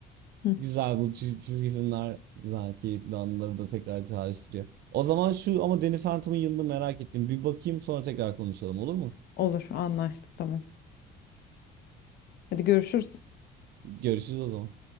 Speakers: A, on the left (about 70°); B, on the right (about 70°).
A: Hı.
B: Güzel bu çiz- çizgi filmler güzel keyifli anıları da tekrar çağrıştırıyor. O zaman şu ama Danny Phantom'ın yılını merak ettim. Bir bakayım sonra tekrar konuşalım olur mu?
A: Olur anlaştık tamam. Hadi görüşürüz.
B: Görüşürüz o zaman.